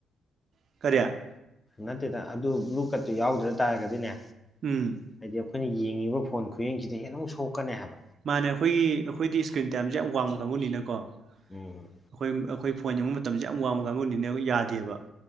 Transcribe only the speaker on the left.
ꯅꯠꯇꯦꯗ ꯑꯗꯨ ꯕ꯭ꯂꯨ ꯀꯠꯇꯨ ꯌꯥꯎꯗ꯭ꯔ ꯇꯥꯔꯒꯗꯤꯅꯦ
ꯍꯥꯏꯗꯤ ꯑꯩꯈꯣꯏꯅ ꯌꯦꯡꯉꯤꯕ ꯐꯣꯟ ꯈꯨꯌꯦꯡꯁꯤꯗ ꯍꯦ ꯑꯃꯨꯛ ꯁꯣꯛꯀꯅꯦ ꯍꯥꯏꯕ
ꯎꯝ